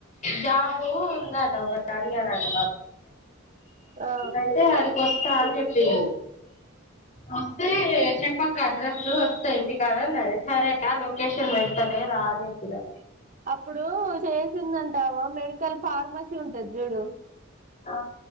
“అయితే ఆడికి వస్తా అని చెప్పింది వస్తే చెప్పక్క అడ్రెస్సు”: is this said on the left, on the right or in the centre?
Left